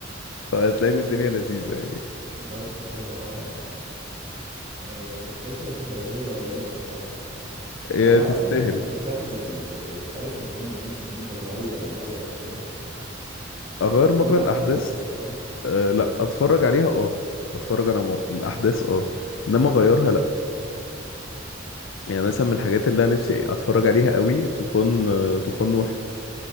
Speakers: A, on the left (about 85°); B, on the right (about 40°).
A: فهتلاقي ان الدنيا لذيذة يعني
B: بس كده اه آه، فكرة تخيلية رهيبة بصراحة
A: هي
B: طب هل
A: تستاهل
B: انت ممكن تستخدم آه، آلة الزمن دي في ان انت تغير مجرى الاحداث
A: اغير مجرى
B: تمنع
A: الاحداث
B: ان حاجة تحصل
A: أه لا اتفرج عليها اه اتفرج انا م... الاحداث اه انما اغيرها لا يعني مثلا من الحاجات اللي انا نفسي اتفرج عليها قوي طوفان آه، طوفان نوح